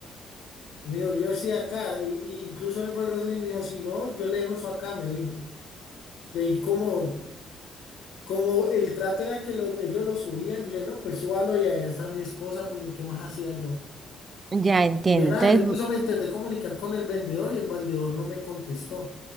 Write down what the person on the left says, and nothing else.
Y Me dijo, yo estoy acá. Y, y incluso él fue grosero y me dijo, si no, yo le dejo eso acá, me dijo. Y ahí como, como el trato era que lo- ellos lo subían, yo le dije, no, pues súbalo y ahí está mi esposa, porque ¿qué más hacía yo?
Yo la
verdad, incluso
me intenté comunicar con el vendedor y el vendedor no me contestó.